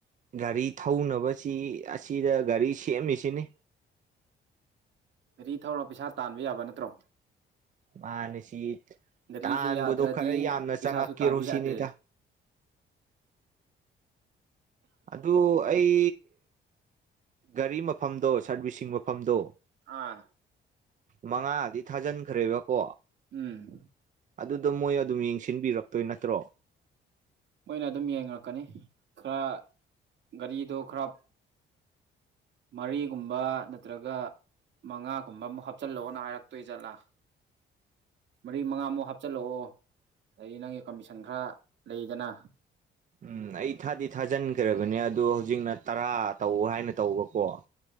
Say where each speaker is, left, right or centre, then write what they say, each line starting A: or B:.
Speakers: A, on the right (about 40°); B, on the right (about 65°).
A: ꯒꯥꯔꯤ ꯊꯧꯅꯕꯁꯤ ꯑꯁꯤꯗ ꯒꯥꯔꯤ ꯁꯦꯝꯃꯤꯁꯤꯅꯤ
B: ꯒꯥꯔꯤ ꯊꯧꯔ ꯄꯩꯁꯥ ꯇꯥꯟꯕ ꯌꯥꯕ ꯅꯠꯇ꯭ꯔꯣ
A: ꯃꯥꯅꯦ ꯁꯤ
B: ꯒꯥꯔꯤꯁꯦ
A: ꯇꯥꯟꯕꯗꯣ
B: ꯌꯥꯗ꯭ꯔꯗꯤ
A: ꯈꯔ ꯌꯥꯝꯅ
B: ꯄꯩꯁꯥꯁꯨ
A: ꯆꯪꯉꯛꯀꯦꯔꯣ
B: ꯇꯥꯟꯕ
A: ꯁꯤꯅꯤꯗ
B: ꯌꯥꯗ꯭ꯔꯦ
A: ꯑꯗꯨ ꯑꯩ ꯒꯥꯔꯤ ꯃꯐꯝꯗꯣ ꯁꯥꯔꯕꯤꯁꯤꯡ ꯃꯐꯝꯗꯣ
B: ꯑꯥ
A: ꯃꯉꯥꯗꯤ ꯊꯥꯖꯟꯈ꯭ꯔꯦꯕꯀꯣ
B: ꯎꯝ
A: ꯑꯗꯨꯗꯣ ꯃꯣꯏ ꯑꯗꯨꯝ ꯌꯦꯡꯁꯤꯟꯕꯤꯔꯛꯇꯣꯏ ꯅꯠꯇ꯭ꯔꯣ
B: ꯃꯣꯏꯅ ꯑꯗꯨꯝ ꯌꯦꯡꯉꯔꯛꯀꯅꯤ ꯈꯔ ꯒꯥꯔꯤꯗꯣ ꯈꯔ ꯃꯔꯤꯒꯨꯝꯕ ꯅꯠꯇ꯭ꯔꯒ ꯃꯉꯥꯒꯨꯝꯕ ꯑꯃꯨꯛ ꯍꯥꯞꯆꯤꯜꯂꯛꯑꯣꯅ ꯍꯥꯏꯔꯛꯇꯣꯏ ꯖꯥꯠꯂꯥ ꯃꯔꯤ ꯃꯉꯥꯃꯨꯛ ꯍꯥꯞꯆꯜꯂꯛꯑꯣ ꯑꯗꯒꯤ ꯅꯪꯒꯤ ꯀꯃꯤꯁꯟ ꯈꯔ ꯂꯩꯗꯅ
A: ꯎꯝ ꯑꯩ ꯊꯥꯗꯤ ꯊꯥꯖꯤꯟꯈ꯭ꯔꯕꯅꯦ ꯑꯗꯣ ꯍꯧꯖꯤꯛꯅ ꯇꯔꯥ ꯇꯧ ꯍꯥꯏꯅ ꯇꯧꯕꯀꯣ